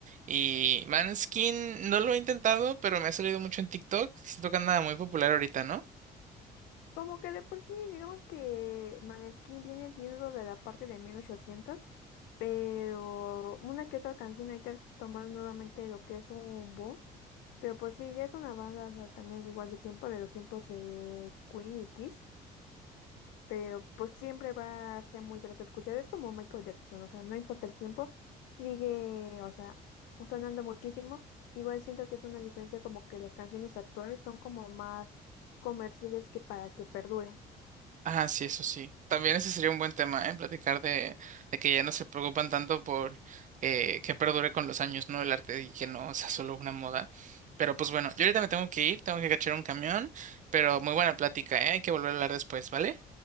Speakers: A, on the right; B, on the left.
A: Y Manskin no lo he intentado, pero me ha salido mucho en TikTok. Siento que anda muy popular ahorita, ¿no?
B: Como que de por sí, digamos que Maneskin viene siendo de la parte de mil ochocientos pero una que otra canción ahorita tomar nuevamente lo que es un boom. Pero pues sí, ya es una banda, o sea, también igual de tiempo, de los tiempos de Queen y Kiss. pero pues siempre va a ser muy grato escuchar. Es como Michael Jackson, o sea, no importa el tiempo, sigue, o sea, sonando muchísimo. Igual siento que es una diferencia como que las canciones actuales son como más comerciales que para que perduren.
A: Ah, sí, eso sí. También ese sería un buen tema, ¿eh? Platicar de, de que ya no se preocupan tanto por eh, que perdure con los años, ¿no? El arte y que no sea solo una moda. Pero pues bueno, yo ahorita me tengo que ir, tengo que cachar un camión, pero muy buena plática, ¿eh? Hay que volver a hablar después, ¿vale?